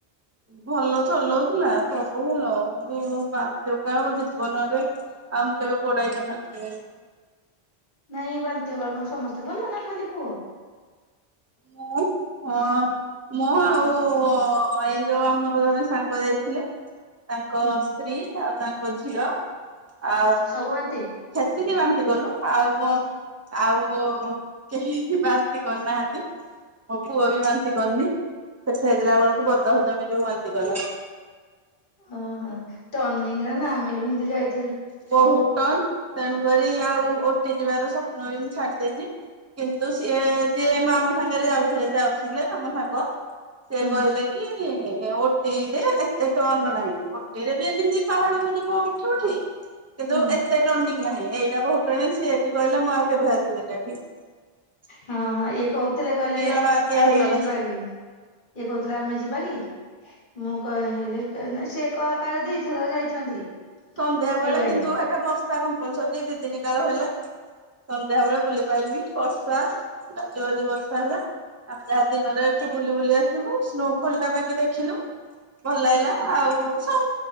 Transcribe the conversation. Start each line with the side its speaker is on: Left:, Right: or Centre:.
Right: ଭଲ ଚଲଉଥିଲା ସବୁ ଭଲ କିନ୍ତୁ। ବାନ୍ତି ଓକାଳ ମୋ ଜୀବନରେ ଆଉ ମୁଁ କେବେ ଗୋଡେଇ କିନା ଯିବିନି।
Left: ନାଇଁ ବାନ୍ତି ଓକାଳ କଣ ସମସ୍ତେ କଲେ ନା ଖାଲି ପୁଅ।
Right: ମୁଁ ହଁ। ମୁଁ ଆଉ ଏଇ ଯୋଉ ଆମର ଜଣେ ସାଙ୍ଗ ଯାଇଥିଲେ। ତାଙ୍କ
Left: ହୁଁ
Right: ସ୍ତ୍ରୀ ଆଉ ତାଙ୍କ ଝିଅ ଆଉ।
Left: ସବୁ ବାନ୍ତି
Right: ସେତିକି ବାନ୍ତି କଲୁ ଆଉ ମୋ ଆଉ କେହି। ବାନ୍ତି କରି ନାହାନ୍ତି ମୋ ପୁଅ ବି ବାନ୍ତି କରନି। ସେ ଫେରିଲା ବେଳକୁ ବଦହଜମି ଯୋଗୁ ବାନ୍ତି କଲା।
Left: ଓହୋ ଟିର୍ନିଙ୍ଗ ରେ ନା ଆମେ ବି ସେମତି ଯାଇ
Right: ବହୁତ ଟର୍ନ୍ ତେଣୁକରି ଆଉ ଓ ଓଟି ଯିବାର ସପ୍ନ ବି ମୁଁ ଛାଡି ଦେଇଛି କିନ୍ତୁ ସିଏ ଯିଏ ମ୍ ଆମ ସାଙ୍ଗରେ। ସାଙ୍ଗ ରେ ଯାଉଥିଲେ ଯିଏ ଆଉ ଥିଲେ ଆମ ସାଙ୍ଗ ସେ
Left: ହୁଁ
Right: କହିଲେ କି ଓ ଟିରେ ଏତେ ଟର୍ନ ନାହିଁ ଓଟିରେ ବି ଏମିତି ପାହାଡକୁ ଯିବ ଉଠ ଉଠି। କିନ୍ତୁ
Left: ହୁଁ
Right: ଏତେ ଟର୍ନିଂ ନାହିଁ ଏଇଟା ବହୁତ ଟର୍ନିଂ ସିଏ ବି କହିଲେ ମୁଁ ଆଉ କେବେ ଆସିବିନି ଏଠିକି।
Left: ହଁ ହଁ ଇଏ କହୁଥିଲେ କହିଲେ
Right: ଅଣଆତିଆ
Left: ଆମେ
Right: ହେଇଗଲେ।
Left: ଯିବା କି ଇଏ କହୁଥିଲେ ଆମେ ଯିବା କି। ମୁଁ କହିଲି ସେ କ କାଳେ ଦିଥର ଯାଇଛନ୍ତି।
Right: ସନ୍ଧ୍ୟା
Left: ସେଇଆଡେ
Right: ବେଳେ କିନ୍ତୁ ହେଟା ବର୍ଷା କମ୍ପଲସରୀ ଦି ଦିନ୍ କାଳ ହେଲା। ସନ୍ଧ୍ୟା ବେଳେ ବୁଲି ପାଇଲିନି ବର୍ଷା ଗାଜୁ ଗାଜୁ ବର୍ଷା ହେଲା। ଆମେ ଯାହା ଦିନରେ ବୁଲି ବୁଲି ଆସିବୁ ସ୍ନୋ ଫଲ ଟା ବାକି ଦେଖିଲୁ। ଭଲ ଲାଗିଲା ଆଉ ସବୁ